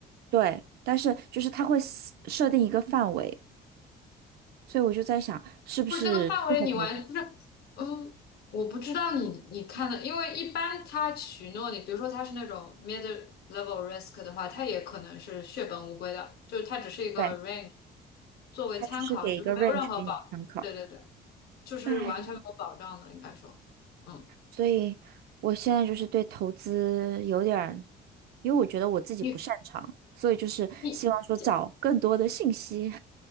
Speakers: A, on the right; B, on the left.
A: 对，但是就是它会 s- 设定一个范围，所以我就在想，是不是适合投资？
B: 不是那个范围你完不是，嗯，我不知道你你看的，因为一般他许诺你，比如说他是那种 mid level risk 的话，他也可能是血本无归的，就是它只是一个
A: 对，
B: range 作为参考，
A: 它就是给一个
B: 就是没有任何保，
A: range 给你参考。
B: 对对对，就是完全没有保障的，
A: 唉，
B: 应该说，嗯，
A: 所以我现在就是对投资有点儿，因为我觉得我自己不擅长，
B: 你
A: 所以就是希望说找更多的信息。
B: 你加